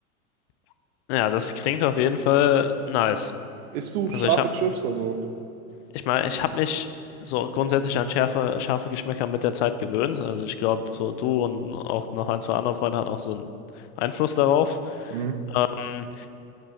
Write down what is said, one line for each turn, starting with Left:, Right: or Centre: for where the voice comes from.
Left: Ja, das klingt auf jeden Fall nice.
Right: Isst du scharfe
Left: Also ich habe,
Right: Chips? Also,
Left: ich meine, ich habe mich so grundsätzlich an schärfe, scharfe Geschmäcker mit der Zeit gewöhnt. Also ich glaube, so du und auch noch ein, zwei andere Freunde hatten auch so einen Einfluss darauf.
Right: hm,
Left: Ähm,